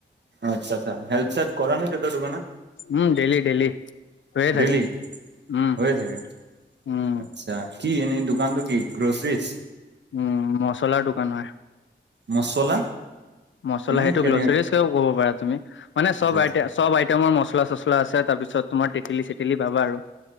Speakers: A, on the right; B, on the left.
A: আচ্ছা আচ্ছা হেল্প চেলপ কৰা নাই দেউতাৰ দোকানত
B: উম ডেইলি ডেইলি হৈয়ে
A: ডেইলি
B: থাকে উম
A: হৈয়ে থাকে
B: উম
A: আচ্ছা কি এনেই দোকানটো কি গ্ৰচৰিজ
B: উম মচলাৰ দোকান হয়।
A: মচলা।
B: মচলা
A: মানে
B: সেইটো
A: কেনে
B: গ্ৰ'চাৰীৰ হিচাপে কব পাৰা তুমি মানে
A: আচ্ছা আচ্ছা
B: চব আইটেমৰ মচলা চচলা আছে তাৰ পিছত তোমাৰ তেঁতেলী-চেটেলী পাবা আৰু